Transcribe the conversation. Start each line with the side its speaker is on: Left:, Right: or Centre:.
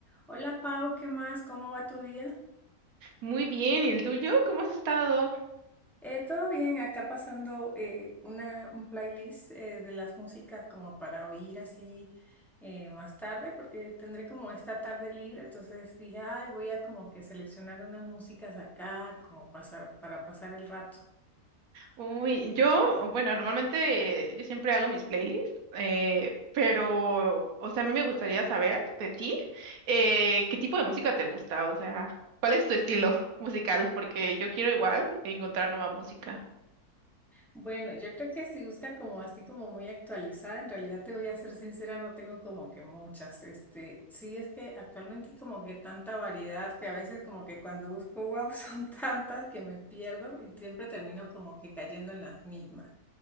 Centre: Hola Pau, ¿qué más? ¿Cómo va tu día?
Right: Muy bien, ¿y el tuyo? ¿Cómo has estado?
Centre: Eh, todo bien, acá pasando eh, una, un playlist eh, de las músicas como para oír así eh, más tarde, porque tendré como esta tarde libre, entonces dije, ay, voy a como que seleccionar unas músicas acá, como pasar, para pasar el rato.
Right: Uy, yo, bueno, normalmente eh, yo siempre hago mis playlists, eh, pero, o sea, a mí me gustaría saber de ti, eh, ¿qué tipo de música te gusta? O sea, ¿cuál es tu estilo <laughs> musical? Porque yo quiero igual encontrar nueva música.
Centre: Bueno, yo creo que si busca como así como muy actualizada, en realidad te voy a ser sincera, no tengo como que muchas. Este, sí es que actualmente hay como que tanta variedad que a veces como que cuando busco wow <laughs> son tantas que me pierdo y siempre termino como que cayendo en las mismas.